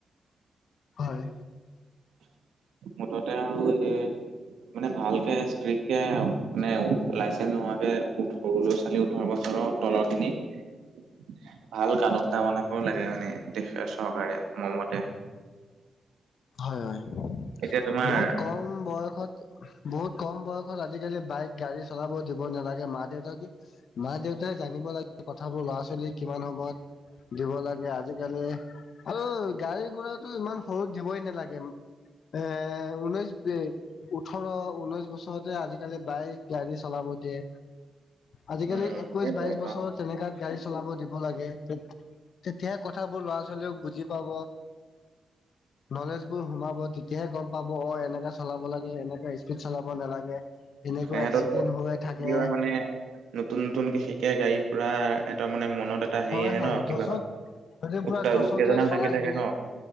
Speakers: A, on the left; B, on the right.
A: হয়।
B: মুঠতে আৰু এই- মানে ভালকে ষ্ট্ৰিক্ট কে মানে লাইচেন্স নোহোৱাকে উঠ- সৰু ল'ৰা ছোৱালী ওঠৰ বছৰৰ তলৰ খিনিক- ভাল গান টা বনাবও লাগে মানে দেশ চৰকাৰে মোৰ মতে।
A: হয় হয়
B: এতিয়া তোমাৰ
A: বহুত কম বয়সত। বহুত কম বয়সত আজিকালি বাইক গাড়ী চলাব দিব নালাগে মা দেউতাকে মা দেউতাই জানিব লাগে কথাবোৰ ল'ৰা ছোৱালীৰ কিমান সময়ত- দিব লাগে আজিকালি আৰু গাড়ী গুৰা ইমান সৰু দিবই নালাগে। আহ ঊনৈছ-বিশ। ওঠৰ ঊনৈশ বছৰতে আজিকালি বাইক গাড়ী চলাব দিয়ে। আজিকালি
B: উম
A: একৈশ
B: সেইটোৱে
A: বাইশ বছৰত-
B: ন
A: তেনেকাত গাড়ী চলাব দিব লাগে তেতিয়া কথাবোৰ ল'ৰা ছোৱালীক বুজি পাব। নলেজ বোৰ সোমাব তেতিয়াহে গম পাব অ এনেকা চলাব লাগে, এনেকে স্পীড চলাব নালাগে। এনেকা
B: সিহঁততো
A: এক্সিডেন্ট হৈ থাকে।
B: কি হয় মানে নতুন নতুন বিশেষকে গাড়ী ফুৰা এটা মানে মনত এ- এটা হেৰি
A: হয়
B: আহে
A: হয়
B: ন
A: যচত
B: কিবা
A: যদি পুৰা
B: উত
A: যচতে
B: উত্তেজনাও
A: চলাই
B: থাকি থাকে
A: দিয়ে
B: ন।